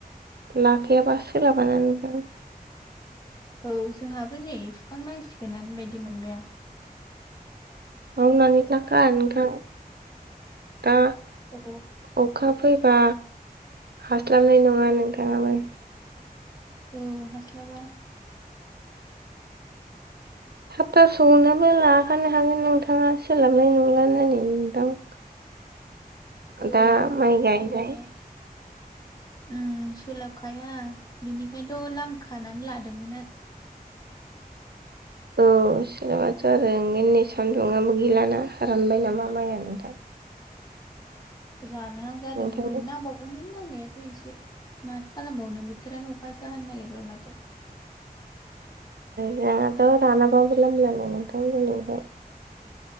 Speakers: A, on the right; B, on the left.
A: लाखायाबा सोलाबाना नोंथां।
B: औ जोंहाबो नै हुखांनांसिगोनानो बायदि मोनबाय आं ।
A: मावनानै लाखा नोंथां । दा
B: औ
A: अखा फैबा हास्लाबनाय नङा नोंथाङाबो ।
B: औ हास्लाबा।
A: <unintelligible>
B: औ सोलाबा।
A: दा माइ गायनाय
B: उम सोलाबखाया बेनिखायनोथ' लामखानानै लादोंमोन आरो ।
A: अ। औ सोलाबाथ' आरो उनै सानदुुंआबो गैलाना रानबाय नामा माइया नोंथां।
B: आरो रानहां जादोंमोन
A: नोंथां
B: नांबावगौमोन नांनायाथ'। इसे माथो खालामबावनो बोथोरानो अखासो हानो नागिरबाय माथो।
A: जोंनाथ' रानाबाबो लामलायानो नोंथां दिनैफ्राय ।